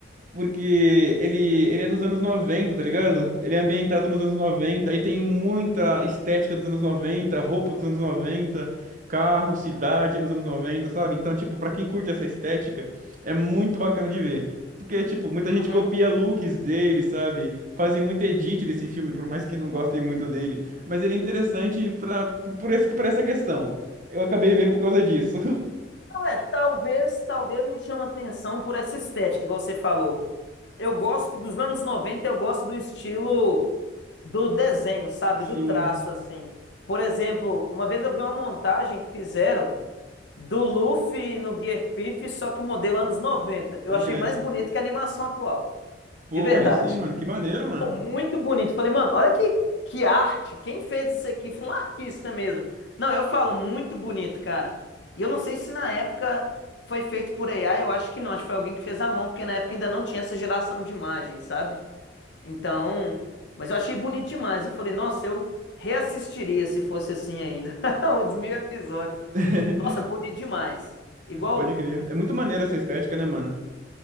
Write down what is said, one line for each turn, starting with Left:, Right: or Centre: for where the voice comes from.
Right: Porque ele, ele é dos anos noventa tá ligado? Ele é ambientado nos anos noventa aí tem muita estética dos anos noventa roupa dos anos noventa carro, cidade nos anos noventa sabe? Então, tipo, pra quem curte essa estética, é muito bacana de ver. Porque, tipo, muita gente
Left: uhum.
Right: copia looks dele, sabe? Fazem muito edit desse filme, por mais que não gostem muito dele. Mas ele é interessante pra, por esse, por essa questão. Eu acabei vendo por causa disso.
Left: Não é, talvez, talvez me chama a atenção por essa estética que você falou. Eu gosto dos anos 90, eu gosto do estilo do desenho, sabe?
Right: <laughs>
Left: Do
Right: Sim,
Left: traço, assim. Por exemplo, uma vez eu vi uma montagem que fizeram do Luffy no Gear Fifth, só que o modelo anos 90.
Right: pode
Left: Eu achei
Right: crer.
Left: mais bonito que a animação atual.
Right: Pô,
Left: De verdade.
Right: aí sim, mano, que maneiro, mano.
Left: Mano, Muito bonito. Falei, mano, olha que, que arte. Quem fez isso aqui foi um artista mesmo. Não, eu falo muito bonito, cara. E eu não sei se na época foi feito por AI, eu acho que não. Acho que foi alguém que fez à mão, porque na época ainda não tinha essa geração de imagens, sabe? Então, mas eu achei bonito demais. Eu falei, nossa, eu reassistiria se fosse assim ainda. <laughs> Os mil episódios.
Right: <laughs>
Left: Nossa, bonito demais. Igual,
Right: Pode crer. É muito maneira essa estética, né, mano?